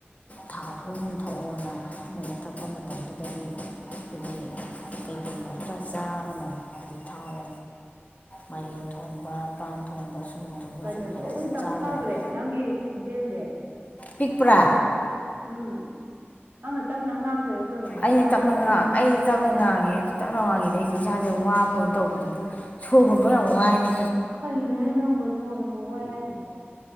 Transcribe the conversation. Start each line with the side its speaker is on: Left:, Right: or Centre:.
Left: ꯊꯥ ꯑꯍꯨꯝ ꯊꯣꯛꯑꯣꯅ ꯃꯣꯏꯅ ꯊꯛꯄ ꯃꯇꯝꯗꯨꯗꯗꯤ ꯑꯈꯣꯏꯒꯤ ꯀꯩꯀꯩ ꯀꯝꯇ ꯆꯥꯒꯅꯣ ꯍꯥꯏꯗꯤ ꯊꯥꯎ ꯃꯥꯢꯔꯦꯟ ꯊꯣꯡꯕ ꯄꯥꯟ ꯊꯣꯡꯕ ꯁꯣꯏꯕꯨꯝ ꯊꯣꯡꯕ
Right: ꯀꯩꯅꯣꯁꯨ
Left: ꯁꯨꯝꯕꯁꯦ
Right: ꯑꯗꯨꯝ
Left: ꯑꯝꯇ
Right: ꯇꯞꯊꯈ꯭ꯔꯦ
Left: ꯆꯥꯕ ꯌꯥꯗꯦ
Right: ꯅꯪꯒꯤ ꯈꯣꯟꯖꯦꯜꯁꯦ
Left: ꯄꯤꯛꯄ꯭ꯔꯥ
Right: ꯎꯝ ꯅꯪꯅ ꯇꯞꯅ ꯉꯥꯡꯕꯩꯔꯣ ꯀꯩꯅꯣ ꯁꯨꯝ
Left: ꯑꯩꯅ
Right: ꯇꯥꯁꯜꯂꯛꯇꯣꯏꯅꯦ
Left: ꯇꯞꯅ ꯑꯩꯩꯅ ꯇꯞꯅ ꯉꯥꯡꯉꯦ ꯇꯞꯅ ꯉꯥꯡꯉꯤ ꯁꯤ ꯏꯁꯥꯁꯦ ꯋꯥꯕ ꯑꯣꯏꯅ ꯇꯧꯕꯗ ꯁꯣꯔ ꯈꯣꯟꯕ ꯌꯥꯝ ꯋꯥꯏꯅꯦ
Right: ꯀꯩꯒꯤꯅꯣ ꯅꯪꯕꯣ ꯁꯣꯔ ꯍꯣꯟꯕ ꯋꯥꯢ ꯍꯥꯏꯖꯤꯕꯣ